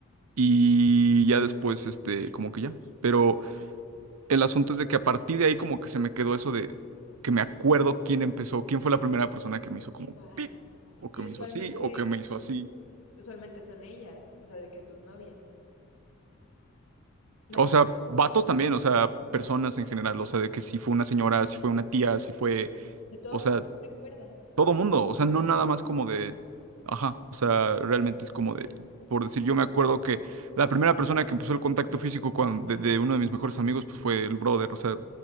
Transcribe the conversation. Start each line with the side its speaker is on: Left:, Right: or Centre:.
Right: y ya después, este, como que ya. Pero. El asunto es de que a partir de ahí como que se me quedó eso de que me acuerdo quién empezó, quién fue la primera persona que me hizo como
Left: Wow.
Right: pip, o que
Left: Y
Right: me
Left: usualmente,
Right: hizo así, o que me hizo así.
Left: usualmente son ellas, o sea, de que tus novias, las
Right: O
Left: que
Right: sea, vatos también, o sea, personas en general, o sea, de que si fue una señora, si fue una tía, si fue,
Left: de todo
Right: o sea,
Left: mundo recuerdas.
Right: todo mundo, o sea, no nada más como de, ajá, o sea, realmente es como de, por decir, yo me acuerdo que la primera persona que empezó el contacto físico con, de, de uno de mis mejores amigos, pues fue el brother, o sea,